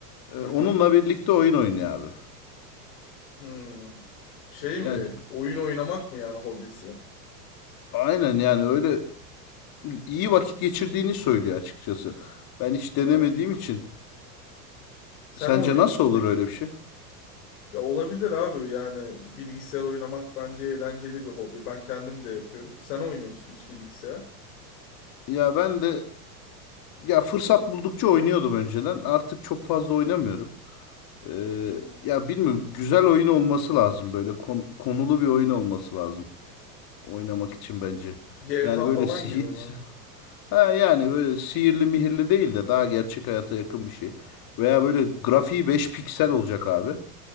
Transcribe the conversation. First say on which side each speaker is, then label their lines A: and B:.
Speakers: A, on the left; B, on the left.
A: Ee,
B: Aha.
A: onunla birlikte oyun oynuyor abi.
B: Hmm. Şey mi?
A: Yani
B: Oyun oynamak mı yani hobisi?
A: aynen yani öyle iyi vakit geçirdiğini söylüyor açıkçası. Ben hiç
B: Ha.
A: denemediğim için.
B: Sen
A: Sence
B: oynuyor
A: nasıl
B: musun
A: olur
B: peki
A: öyle bir şey?
B: Ya olabilir abi yani bilgisayar oynamak bence eğlenceli bir hobi. Ben kendim de yapıyorum. Sen oynuyor musun hiç bilgisayar?
A: Ya ben de ya fırsat buldukça oynuyordum önceden. Artık çok
B: Hı
A: fazla
B: hı.
A: oynamıyorum. Ee,
B: Hmm,
A: ya bilmiyorum güzel oyun olması lazım böyle konu- konulu bir oyun olması lazım oynamak
B: hmm.
A: için bence.
B: GTA
A: Yani böyle
B: falan
A: sihir
B: gibi mi?
A: ha yani böyle sihirli mihirli değil de daha gerçek hayata yakın bir şey. Veya böyle grafiği 5 piksel olacak abi.